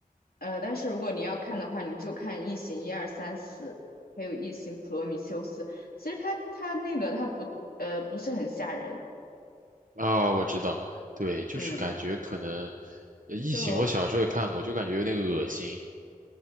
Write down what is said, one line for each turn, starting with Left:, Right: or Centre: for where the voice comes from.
Left: 呃，但是如果你要看的话，你就看《异形》一二三四，还有《异形：普罗米修斯》。其实它它那个它不呃不是很吓人，
Right: 啊、我知道，对，就是感觉可能
Left: 嗯，
Right: 《呃异形》我小时候也看过，
Left: 就
Right: 就感觉有点恶心。